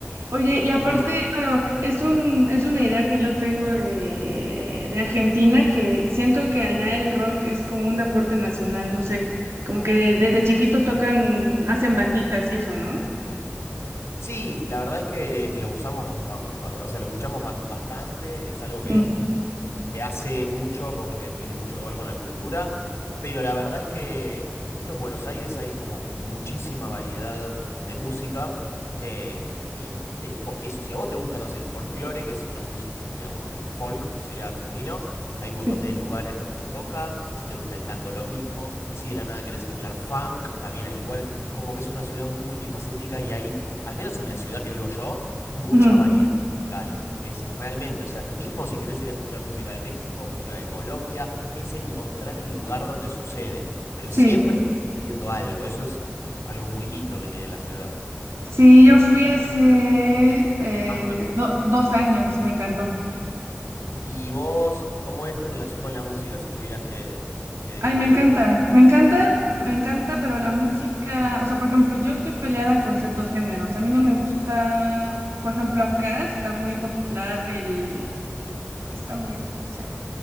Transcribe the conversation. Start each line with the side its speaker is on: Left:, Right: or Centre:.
Right: Oye, y aparte,
Left: Vos.
Right: bueno, es un, es una idea que yo tengo de, de Argentina, que siento que allá el rock es como un deporte nacional, no sé, como que desde chiquitos tocan, hacen banditas y eso, ¿no?
Left: Sí, la verdad es que eh, lo usamos, bas- a- o sea, lo escuchamos ban- bastante, es algo que,
Right: Mm.
Left: que hace mucho porque tiene mucho que ver con la cultura, pero la verdad es que justo en Buenos Aires hay como muchísima variedad de música. eh, y y te- po- eso, si a vos te gusta, no sé, el folclore, que es una música, digamos, el folk sería argentino, hay un montón
Right: Sí.
Left: de lugares donde se toca, si te gusta el tango lo mismo, si de la nada querés escuchar funk, también hay lugares, como que es una ciudad muy multifacética y hay, al menos en la ciudad que vivo yo, mucha
Right: Ujú.
Left: variedad musical. Es realmente, o sea, mismo si querés ir a escuchar música de México, música de Colombia, es encontrar el lugar donde sucede. Pero siempre
Right: Sí.
Left: está sucediendo algo. Eso es algo muy lindo que tiene la ciudad.
Right: Sí, yo fui hace eh,
Left: Ah, te iba a preguntar.
Right: do- dos
Left: ¿no?
Right: años, me encantó.
Left: ¿Y vos, cómo es tu relación con la música si tuvieras que, que describirla?
Right: Ay, me encanta, me encanta, me encanta, pero la música, o sea, por ejemplo, yo estoy peleada con ciertos géneros. A mí no me gusta, por ejemplo, acá está muy popular el, esta mierda, ¿cómo se llama?